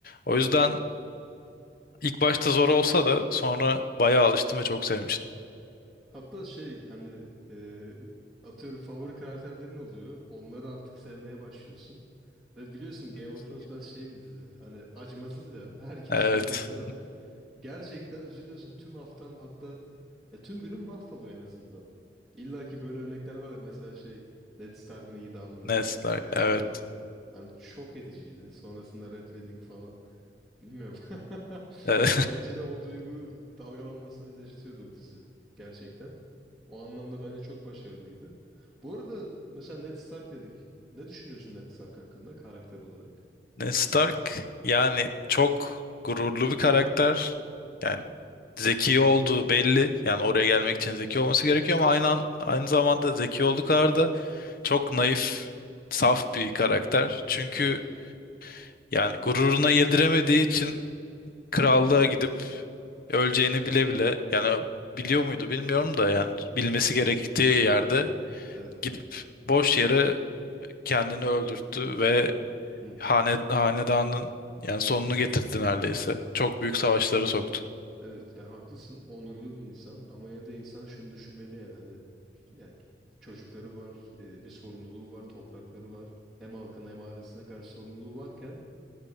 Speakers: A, on the left (about 50°); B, in the centre.
A: O
B: Evet.
A: yüzden İlk başta zor olsa da sonra bayağı alıştım ve çok sevmiştim.
B: Hatta şey hani e, atıyorum favori karakterlerin oluyor. Onları artık sevmeye başlıyorsun. Ve biliyorsun Game
A: Biliyorsun
B: of Thrones
A: ki.
B: biraz şey bir dizi. Hani acımasız ya. <laughs> Herkesi
A: Evet.
B: öldürebiliyorlar. Gerçekten üzülüyorsun. Tüm haftan hatta ya tüm günün mahvoluyor en azından. İlla ki böyle örnekler vardır. Mesela şey Ned Stark'ın idamı mesela
A: Ned Stark.
B: daha ilk
A: Evet.
B: sezonda. Hani çok ediciydi. Sonrasında Red Wedding falan. Bilmiyorum. <laughs>
A: Ee,
B: Ya gerçekten o duygu dalgalanmasını bize yaşatıyordu o dizi. Gerçekten. O anlamda bence çok başarılıydı. Bu arada mesela Ned Stark dedik. Ne düşünüyorsun Ned Stark hakkında karakter olarak?
A: <laughs> Ned Stark yani çok gururlu bir karakter. Yani zeki
B: Hı hı.
A: olduğu belli. Yani oraya gelmek için zeki olması gerekiyor ama aynı an- aynı zamanda zeki olduğu kadar da çok naif, saf bir karakter. Çünkü
B: Evet.
A: yani gururuna yediremediği için krallığa gidip öleceğini bile bile yani biliyor muydu bilmiyorum da yani bilmesi gerektiği yerde
B: Evet.
A: gidip boş yere kendini öldürttü ve
B: Hı hı.
A: hane, hanedanın yani sonunu getirtti neredeyse. Çok büyük savaşlara soktu.
B: Evet ya haklısın. Onurlu bir insan ama yine de insan şunu düşünmeli yani hani yani çocukları var, e, bir sorumluluğu var, toprakları var. Hem halkına hem ailesine karşı sorumluluğu varken